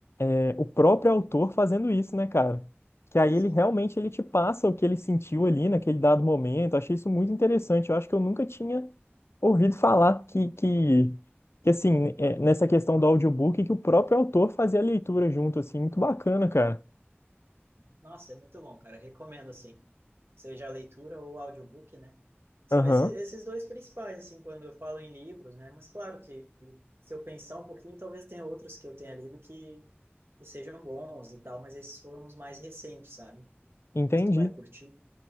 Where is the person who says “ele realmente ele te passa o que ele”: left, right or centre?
Left